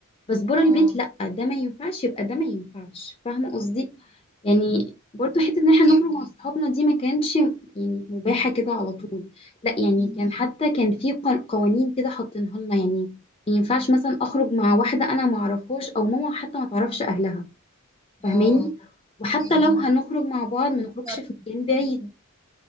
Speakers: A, on the left (about 25°); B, on the right (about 15°).
A: بس بره
B: اه
A: البيت لأ ده ما ينفعش يبقى ده ما ينفعش فاهمة قصدي يعني برضو حتة ان احنا
B: اوكي
A: نخرج مع صحابنا دي ما كانتش يعني مباحة كده على طول لأ يعني
B: مم.
A: كان حتى كان في قن- قوانين كده حاطينها لنا يعني ما ينفعش مثلا اخرج مع واحدة انا ما اعرفهاش او ماما حتى ما تعرفش اهلها فاهماني
B: اه
A: وحتى
B: دي
A: لو هنخرج مع بعض ما نخرجش
B: فرق.
A: في مكان بعيد